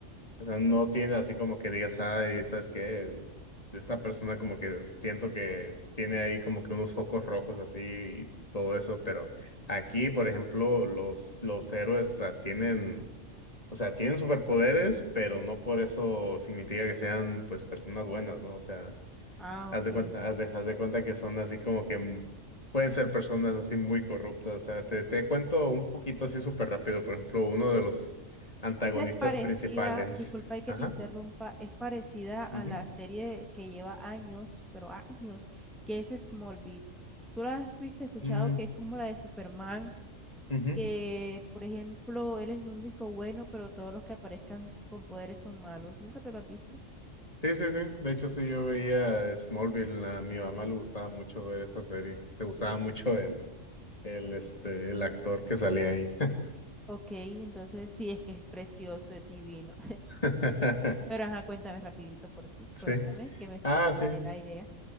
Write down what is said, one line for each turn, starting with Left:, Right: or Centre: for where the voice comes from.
Left: O sea, no tiene así como que digas, ay, ¿sabes qué? Es- Esta persona como que siento que tiene ahí como que unos focos rojos así y todo eso, pero aquí, por ejemplo, los, los héroes, o sea, tienen, o sea, tienen superpoderes, pero no por eso significa que sean, pues, personas buenas, ¿no? O sea,
Centre: Ah,
Left: haz
Centre: ok.
Left: de cuenta, haz de, haz de cuenta que son así como que mm, pueden ser personas así muy corruptas, o sea, te, te cuento un poquito así súper rápido, por ejemplo, uno de los antagonistas
Centre: Esa es parecida,
Left: principales.
Centre: disculpa y que
Left: Ajá.
Centre: te interrumpa, es parecida a
Left: Ujú,
Centre: la serie que lleva años, pero años, que es Smallville. ¿Tú la has visto, escuchado,
Left: mm,
Centre: que es como la de Superman,
Left: ujú.
Centre: que, por ejemplo, él es el único bueno, pero todos los que aparezcan con poderes son malos? ¿Nunca te lo has visto?
Left: Sí, sí, sí. De hecho, sí, yo veía Smallville. A mi mamá le gustaba mucho ver esa serie. Le gustaba
Centre: O-
Left: mucho el, el, este, el actor que salía ahí.
Centre: Ok, entonces sí, es que es precioso, es divino.
Left: <laughs>
Centre: Pero ajá, cuéntame rapidito, porfis, cuéntame,
Left: Sí.
Centre: que me
Left: Ah,
Centre: te
Left: sí.
Centre: paré la idea.